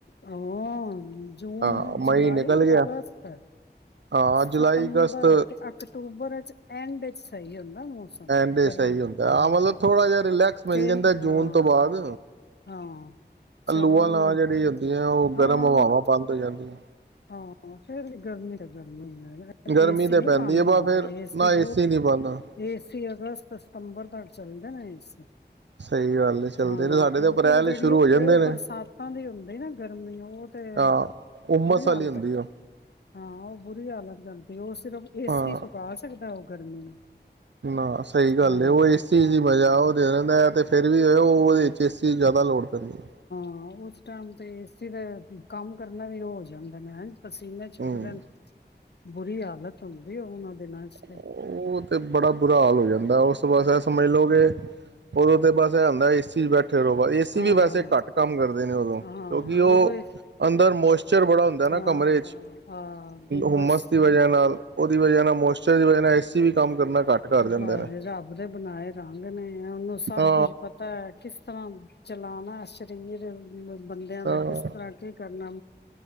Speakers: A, on the left; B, on the right.
A: ਆ ਜੂਨ
B: ਹਾਂ
A: ਜੁਲਾਈ
B: ਮਈ ਨਿਕਲ ਗਿਆ
A: ਅਗਸਤ
B: ਹਾਂ
A: ਸਤੰਬਰ
B: ਜੁਲਾਈ ਅਗਸਤ
A: ਤੇ ਅਕਤੂਬਰ ਚ ਐਂਡ ਚ ਸਹੀ ਹੁੰਦਾ ਮੌਸਮ
B: ਐਦੇ
A: ਗਰਮੀ
B: ਸਹੀ ਹੁੰਦਾਾਂ
A: ਹਾਂ
B: ਮਤਲਬ ਥੋੜਾ ਜਿ ਰਿਲੈਕਸ ਮਿਲ
A: ਤਿੰਨ
B: ਜਾਂਦਾ
A: ਹਾਂ
B: ਜੂਨ ਤੋਂ ਬਾਅਦ
A: ਹਾਂ
B: ਆਲੂਆਂ
A: ਚਾਰ
B: ਲਾ
A: ਮ
B: ਜਿਹੜੀ ਹੁੰਦੀਆਂ ਉਹ
A: ਹਾਂ
B: ਗਰਮ ਹਵਾਵਾਂ ਬੰਦ ਹੋ ਜਾਂਦੀਆਂ
A: ਹਾਂ ਫੇਰ ਵੀ ਗਰਮੀ ਗਰਮੀ
B: ਗਰਮੀ
A: ਏਸੀ
B: ਤੇ
A: ਨਹੀਂੀ
B: ਪੈਂਦੀ
A: ਬੰਦ
B: ਹੈ ਬ
A: ਹੁੰਦੇ
B: ਫੇਰ
A: ਏਸੀ
B: ਨਾ
A: ਬਹੁਤ
B: ਨਹੀਂ ਪਾਉਂਦਾ
A: ਏਸੀ ਅਗਸਤ ਸਤੰਬਰ ਤੱਕ ਚੱਲਦਾ ਨਾ ਏ <unintelligible>
B: ਸਹੀ ਗੱਲ ਹੈ ਚੱਲਦੇ
A: ਹਾਂ
B: ਨੇ ਸਾਡੇ
A: ਕਿਉਂਕਿ
B: ਤੇ ਅਪ੍ਰੈਲ
A: ਉਹ ਜਿਹੜੀ
B: ਸ਼ੁਰੂ
A: ਉਹ
B: ਹੋ ਜਾਂਦੇ ਨੇ
A: ਬਰਸਾਤਾਂ ਦੀ ਹੁੰਦੀ ਨਾ ਗਰਮੀ ਉਹ ਤੇ
B: ਹਾਂ ਉਮਸ
A: ਬੁਰੀ ਹਾਲਤ
B: ਵਾਲੀ ਹੁੰਦੀ
A: ਹਾਂ
B: ਉਹ
A: ਉਹ ਬੁਰੀ ਹਾਲਤ ਕਰਦੀ <unintelligible> ਸਿਰਫ ਏਸੀ
B: ਹਾਂ
A: ਸੁਕਾ ਸਕਦਾ ਉਹ ਗਰਮੀ ਨੂੰ <unintelligible>
B: ਨਾ ਸਹੀ ਗੱਲ
A: ਹਾਂ
B: ਉਹ ਇਸ ਚੀਜ਼ ਦੀ ਮਜਾ ਉਹ ਦੇ ਰਹਿੰਦਾ ਹੈ ਤੇ ਫੇਰ ਵੀ ਉਹ ਉਹਦੇ ਵਿੱਚ ਏਸੀ ਦੀ ਜ਼ਿਆਦਾ ਲੋੜ ਪੈਂਦੀ ਹੈ।
A: ਹਾਂ ਉਸ ਟਾਈਮ ਤੇ ਇਸੇ ਤਾਂ ਕੰਮ ਕਰਨਾ ਵੀ ਹੋ ਜਾਂਦਾ ਨੇ। ਪਸੀਨੇ ਛੁੱਟਦੇ
B: ਹਮ
A: ਨੇ। ਬੁਰੀ ਹਾਲਤ ਹੁੰਦੀ ਉਹਨਾਂ ਦਿਨਾਂ ਚ ਤੇ
B: ਉਹ ਤੇ ਬੜਾ ਬੁਰਾ ਹਾਲ ਹੋ ਜਾਂਦਾ ਮੈਂ ਉਸ ਵਾਸਤੇ ਸਮੇਲੋਗੇ ਉਦੋਂ ਤਾਂ ਬਸ ਹੁੰਦਾ ਕਿ ਏਸੀ ਬੈਠੇ ਚਲੋ ਏਸੀ
A: ਹਾਂ
B: ਵੀ ਵੈਸੇ ਘੱਟ ਕੰਮ ਕਰਦੇ ਨੇ ਉਦੋਂ ਕਿਉਂਕਿ
A: ਹਾਂ
B: ਉਹ
A: ਉਦੋਂ ਹੀ
B: ਅੰਦਰ ਮੋਸਚਰ ਬੜਾ ਹੁੰਦਾ ਨਾ
A: ਹਾਂ
B: ਕਮਰੇ ਚ
A: ਹਾਂ ਗੁੰਮਸ
B: ਹੂਮਸ ਦੀ ਵਜਹਾ ਨਾਲ ਦੀ ਵਜ੍ਹਾ ਨਾਲ ਮੋਸਚਰ ਦੀ ਵਜ੍ਹਾ ਨਾਲ ਐਸੀ ਵੀ ਕੰਮ ਕਰਨਾ ਘੱਟ ਕਰ ਦਿੰਦੇ
A: ਬਸ
B: ਨੇ
A: ਰੱਬ ਦੇ ਬਣਾਏ ਰੰਗ ਨੇ ਉਹਨੂੰ ਸਭ
B: ਹਾਂ
A: ਕੁਛ ਪਤਾ ਹੈ ਕਿਸ ਤਰ੍ਹਾਂ ਚਲਾਣਾ ਸਰੀਰ ਬੰਦਿਆਂ
B: ਹਾਂ
A: ਦਾ ਕਿਸ ਤਰ੍ਹਾਂ ਕੀ ਕਰਨਾ